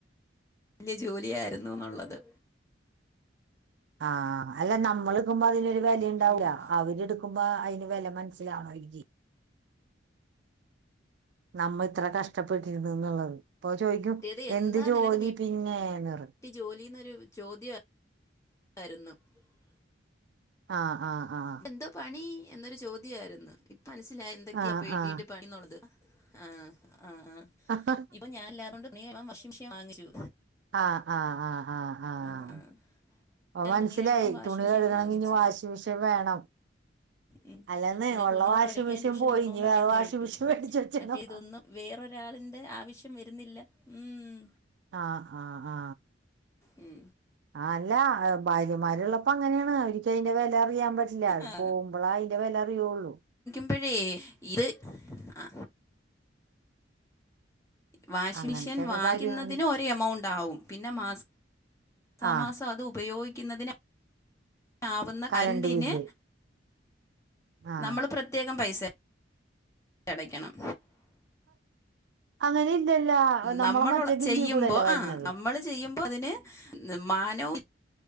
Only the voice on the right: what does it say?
ആഹ് അല്ല നമ്മൾ നുംമ്പോ അതിലൊരു വെലിണ്ടാവൂല
അവര്ട് കുമ്പാ ഐൻ്റെ വെല മനസ്സിലാവണോ രിങ്കി നമ്മൾത്ര കഷ്ടപ്പെട്ടിരുന്നു ന്നുള്ളത്. പ്പൊ ചോയിക്യും
എന്ത് ജോലി
പിന്നെ ന്നറിം
ആഹ് ആഹ് ആഹ്
ആഹ്
ആഹ്
ആഹ് ആഹ് ആഹ് ആഹ് ആഹ്
ആഹ്
അവോൻസ്സിലായി
തുണി
കഴുകണെങ്കി
ഞ് വാഷിം മിഷേൻ വേണം.
അല്ലെന്ന്
ഉള്ള
വാഷിംഗ്
മെഷീൻ
പോയി ഇനി
വേറെ വാഷിംഗ്
മെഷീൻ മേടിച്ച് വെച്ചണം
ആ ആ ആ
ആഹ് അല്ല ഭാര്യമാരുള്ളപ്പോ അങ്ങനെയാണ് അവരിക്ക അയിന്റെ വെല അറിയാൻ പറ്റില്ല
പോവുമ്പളാ അയിന്റെ വെല അറിയുള്ളു
അങ്ങനത്തെയൊക്കെ
കാര്യങ്ങൾ
ആഹ്
കരണ്ട്
ബില്ല് ആഹ്
അങ്ങനെ ഇല്ലല്ല നമ്മളെ
മറ്റേ ബില്ലിൽ
കൂടെയല്ലേ വരണത്